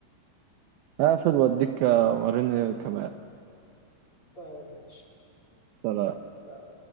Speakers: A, on the right; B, on the left.
A: اقفل واديك آه، وريني كمان
B: طيب ماشي
A: سلام
B: So